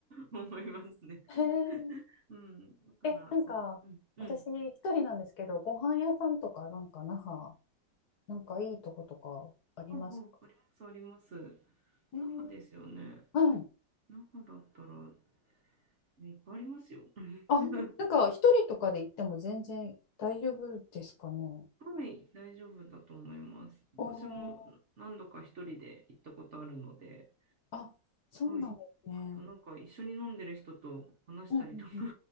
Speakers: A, on the right (about 45°); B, on the left (about 60°).
A: 思いますね。
B: へー
A: <laughs> うん、だから、
B: え、なんか私一人なんですけど、
A: その、うん、うん、
B: ご飯屋さんとかなんか那覇、なんかいいとことかありますか
A: あ、ああります、あります。
B: えー、
A: 那覇ですよね。
B: はい。
A: 那覇だったら、いっぱいありますよ。<laughs>
B: あ、ほんとなんか一人とかで行っても全然大丈夫ですかね。
A: はい、大丈夫だと思います。
B: お
A: 私も何度か一人で行ったことあるので、
B: ー、あ、そうなんですね。
A: はい。あとなんか一緒に飲んでる人と話したりとか、
B: うんうんうん。